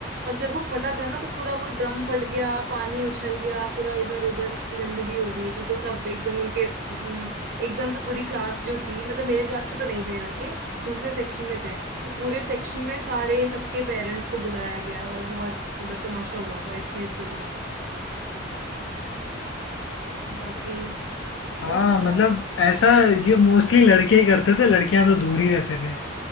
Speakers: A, on the right; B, on the left.
A: और जब वो फटा था ना तो पूरा वो ड्रम फट गया पानी उछल गया पूरा इधर उधर गंदगी हो गई थी तो सब एकदम उनके हम्म, एकदम से पूरी क्लास जो थी मतलब मेरे क्लास में तो नहीं थे लड़के दूसरे सेक्शन में थे तो पूरे सेक्शन में सारे सबके पेरेंट्स को बुलाया गया और बहुत मतलब तमाशा हुआ था इस चीज पे तो बाकी
B: हाँ
A: और बताओ
B: मतलब ऐसा ये मोस्टली लड़के ही करते थे लड़कियां तो दूर ही रहते थे